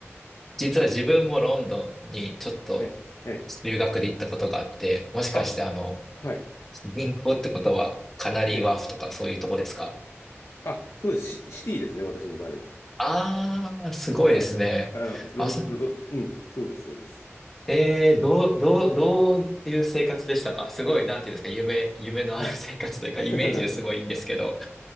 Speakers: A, in the centre; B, on the left.
A: 実は自分もロンドンにちょっと
B: はい。はい。
A: 留学で行ったことがあって、もしかしてあの、
B: あ、はい。
A: 銀行ってことはカナリーワーフとかそういうとこですか
B: ね。あ、そうです。シティ、シティですね、私の場合は。
A: あー、すごいですね。
B: はい。あの、ロン、
A: あ、そ、
B: ロン、うん、そうです、そうです。
A: えー、どう、どう、どういう生活でしたかすごい、なんていうんですか、夢、夢のある生活というか、
B: はい。<laughs>
A: イメージですごいいいんですけど。